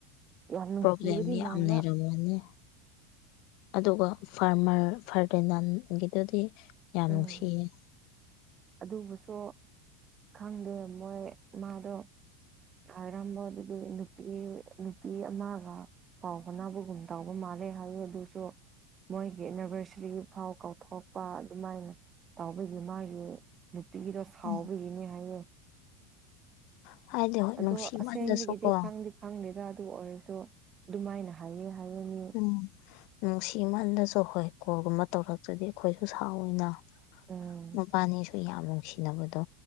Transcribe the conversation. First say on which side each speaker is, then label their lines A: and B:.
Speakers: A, on the right; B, on the left.
A: ꯌꯥꯝ ꯅꯨꯡꯁꯤꯕꯗꯤ
B: ꯄ꯭ꯔꯣꯕꯂꯦꯝ ꯌꯥꯝ
A: ꯃꯥꯟꯕ
B: ꯅꯔꯃꯣꯅꯦ ꯑꯗꯨꯒ ꯐꯥꯔꯃꯔ ꯐꯔꯗꯦꯅꯥꯟꯒꯤꯗꯨꯗꯤ ꯌꯥꯝ
A: ꯎꯝ
B: ꯅꯨꯡꯁꯤꯌꯦ
A: ꯑꯗꯨꯕꯨꯁꯨ ꯈꯪꯗꯦ ꯃꯣꯏ ꯃꯥꯗꯣ ꯑꯔꯝꯕ ꯑꯗꯨꯗꯤ ꯅꯨꯄꯤ ꯅꯨꯄꯤ ꯑꯃꯒ ꯄꯥꯎ ꯀꯅꯥꯕꯨꯒꯨꯝ ꯇꯧꯕ ꯃꯥꯜꯜꯂꯤ ꯐꯦ ꯍꯥꯏꯌꯦ ꯁꯨ ꯃꯣꯏꯒꯤ ꯑꯦꯅꯤꯚꯔꯁꯔꯤ ꯐꯥꯎ ꯀꯥꯎꯊꯣꯛꯄ ꯑꯗꯨꯃꯥꯏꯅ ꯇꯧꯕꯒꯤ ꯃꯥꯒꯤ ꯅꯨꯄꯤꯒꯤꯗꯣ ꯁꯥꯎꯕꯒꯤꯅꯤ
B: ꯎꯝ
A: ꯍꯥꯏꯌꯦ
B: ꯎꯝ ꯍꯥꯏꯗꯤ ꯍꯣꯏ
A: ꯑꯗꯣ
B: ꯅꯨꯡꯁꯤꯃꯜꯂꯁꯨ
A: ꯑꯁꯦꯡꯕꯒꯤꯗꯤ
B: ꯀꯣ
A: ꯈꯪꯗꯦ ꯈꯪꯗꯦꯗ ꯑꯗꯨ ꯑꯣꯏꯔꯁꯨ ꯑꯗꯨꯃꯥꯏꯅ ꯍꯥꯏꯌꯦ ꯍꯥꯏꯌꯦ ꯃꯤ
B: ꯎꯝ ꯅꯨꯡꯁꯤꯃꯜꯗꯁꯨ ꯍꯣꯏ ꯀꯣꯒꯨꯝꯕ ꯇꯧꯔꯛꯇ꯭ꯔꯗꯤ ꯑꯩꯈꯣꯏꯁꯨ ꯁꯥꯎꯋꯤꯅ
A: ꯎꯝ
B: ꯃꯄꯥꯅꯤꯁꯨ ꯌꯥꯝ ꯅꯨꯡꯁꯤꯅꯕꯗꯣ